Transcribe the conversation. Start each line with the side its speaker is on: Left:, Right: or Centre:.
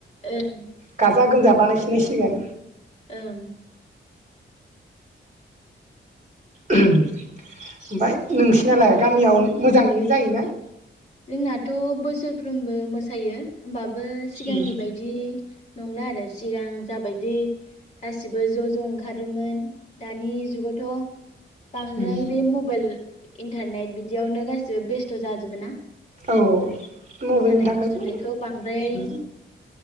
Left: ओं
Right: गाजा गोमजा बानाय फिननायसिगोन
Left: ओं
Right: ओमफ्राय नोंसिनालाय गामियाव मोजाङैनो जायोना
Left: जोंनाथ' बोसोरफ्रोमबो मोसायो होमबा बो सिगांनि
Right: उम
Left: बायदि नंला आरो सिगां जाबायदि गासिबो ज' ज' ओंखारोमोन दानि जुगावथ' बांद्राय
Right: उम
Left: बे मबाइल इन्टारनेट बिदियावनो गासिबो बेस्थ' जाजोबो ना
Right: औ मबाइलनि
Left: मोसानाय
Right: थाखायबो
Left: मुसुरनायखौ बांद्राय
Right: उम